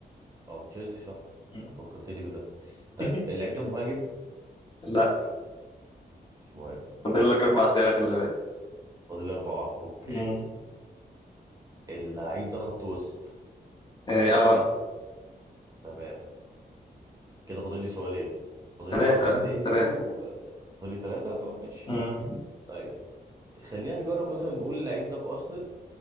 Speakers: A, on the right; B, on the left.
A: او تشيلسي صح
B: أمم،
A: فكرتني بده طيب
B: <laughs>
A: اللعيب ده مهاجم
B: لا
A: مش مهاجم
B: فاضل لك أربع أسئلة خلي بالك
A: فاضل لي أربعة اوكي
B: أمم،
A: اللعيب ده خط وسط
B: اه آه.
A: تمام كده فاضل لي سؤالين فاضل
B: تلاتة
A: لي اعرف النادي
B: تلاتة
A: وفاضل لي ثلاثة طب ماشي
B: أمم،
A: طيب خلينا نجرب مثلا نقول اللعيب ده في ارسنال